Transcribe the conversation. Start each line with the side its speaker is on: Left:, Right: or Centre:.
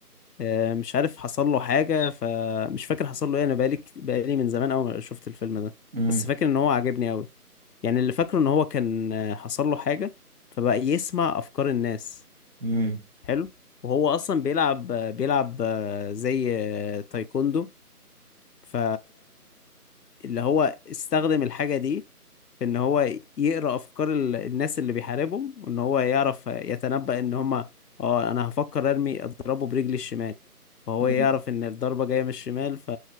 Left: آه، مش عارف حصل له حاجة فمش فاكر حصل له ايه انا بقالي كت- بقالي من زمان أوي ما شفت الفيلم ده
Right: امم
Left: بس فاكر ان هو عجبني أوي يعني اللي فاكره ان هو كان آه، حصل له حاجة فبقى يسمع افكار الناس
Right: امم
Left: حلو وهو اصلا بيلعب بيلعب آه، زي آه، تايكوندو ف اللي هو استخدم الحاجة دي في ان هو يقرأ افكار ال- الناس اللي بيحاربهم وان هو يعرف يتنبأ ان هما اه انا هفكر ارمي اضربه برجلي الشمال فهو
Right: إمم.
Left: يعرف ان الضربة جاية من الشمال ف